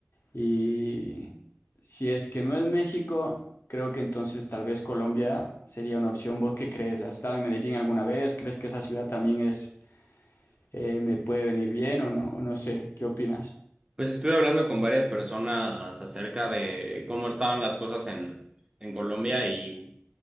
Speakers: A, on the left; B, on the right.
A: Y si es que no es México, creo que entonces tal vez Colombia sería una opción. ¿Vos qué crees? ¿Has estado en Medellín alguna vez? ¿Crees que esa ciudad también es, eh, me puede venir bien o no? O no sé, ¿qué opinas?
B: Pues estuve hablando con varias personas acerca de cómo estaban las cosas en, en Colombia y